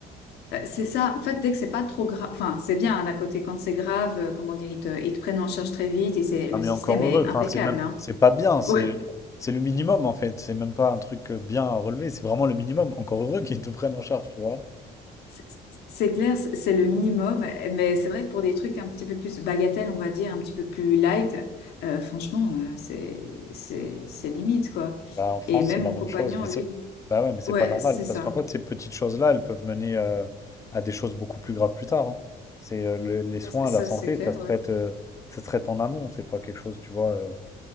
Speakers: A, on the left (about 75°); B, on the left (about 20°).
A: euh, c'est ça. En fait, dès que c'est pas trop grave, enfin, c'est bien hein, d'un côté. Quand c'est grave, euh, comment dire, ils te, ils te prennent en charge très vite et c'est
B: Non,
A: le
B: mais
A: système
B: encore heureux.
A: est
B: Enfin,
A: impeccable.
B: c'est même,
A: Hein.
B: c'est pas bien. C'est,
A: Ouais.
B: c'est le minimum, en fait. C'est même pas un truc euh, bien à relever. C'est vraiment le minimum. Encore heureux qu'ils te prennent en charge, tu vois.
A: C'est c'est clair, c'est c'est le minimum. Mais c'est vrai que pour des trucs un petit peu plus bagatelles, on va dire, un petit peu plus light, euh, franchement, euh, c'est, c'est, c'est limite quoi.
B: Bah, en France,
A: Et même
B: c'est la
A: mon
B: même
A: compagnon,
B: chose. Mais
A: lui,
B: c'est bah ouais, mais c'est
A: ouais,
B: pas normal.
A: c'est
B: Parce
A: ça.
B: qu'en fait, ces petites choses-là, elles peuvent mener euh, à des choses beaucoup plus graves plus tard. hein. C'est euh, le- les soins,
A: Ça,
B: la santé,
A: c'est clair.
B: ça se traite,
A: Ouais,
B: euh, ça se traite en amont. C'est pas quelque chose, tu vois. euh,